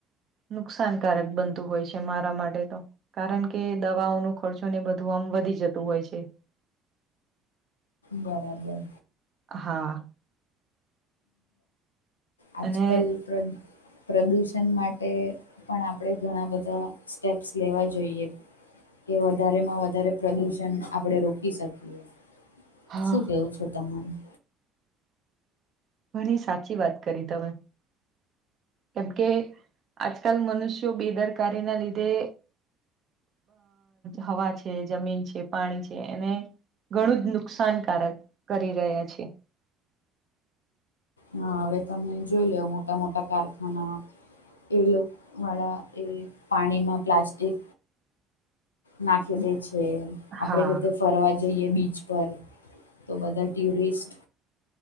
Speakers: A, on the right; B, on the left.
A: નુકસાનકારક બનતું હોય છે મારા માટે તો. કારણ કે દવાઓ ન ખર્ચો ને બધું આમ વધી જતું હોય છે.
B: બરાબર.
A: હા.
B: આજકલ
A: અને
B: પ્ર પ્રદૂષણ માટે પણ આપણે ઘણા બધા સ્ટેપ્સ લેવા જોઈએ. કે વધારેમાં વધારે પ્રદુષણ આપણે રોકી શકીએ.
A: હા
B: શું કેવું છું તમારૂ?
A: ઘણી સાચી વાત કરી તમે. કેમ કે આજકાલ મનુષ્યો બેદરકારી ના લીધે હવા છે જમીન છે પાણી છે એને ઘણું જ નુકસાનકારક કરી રહ્યા છે.
B: હા હવે તમે જોઈ લો મોટા મોટા કારખાના. એ લોકો વાળા એ પાણીમાં પ્લાસ્ટિક નાખી દે છે આપડે
A: હા
B: કેીતે ફરવા જઈએ બીચ પર તો બધા ટ્યુરિસ્ટ